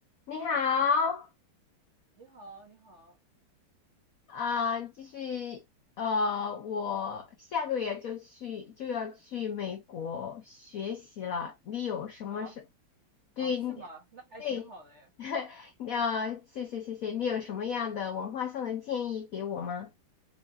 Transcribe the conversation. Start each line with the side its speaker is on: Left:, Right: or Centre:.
Left: 你好，
Right: 你好，你好
Left: 啊、就是呃，我下个月就去就要去美国学习了。你有什么是
Right: 啊啊，
Left: 对你对，
Right: 是吗？那还挺好的耶。
Left: <laughs> 你要谢谢谢谢，你有什么样的文化上的建议给我吗？